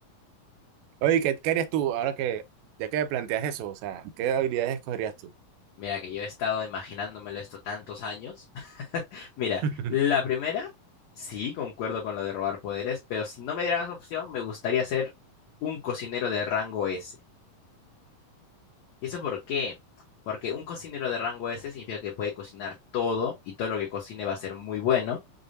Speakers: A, on the right; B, on the left.
A: Oye, ¿qué, qué harías tú ahora que, ya que me planteas eso? O sea, ¿qué habilidades escogerías tú?
B: Mira que yo he estado imaginándomelo esto tantos años. <laughs> Mira,
A: <laughs>
B: la primera, sí, concuerdo con lo de robar poderes, pero si no me dieran esa opción, me gustaría ser un cocinero de rango S. ¿Y eso por qué? Porque un cocinero de rango S significa que puede cocinar todo y todo lo que cocine va a ser muy bueno.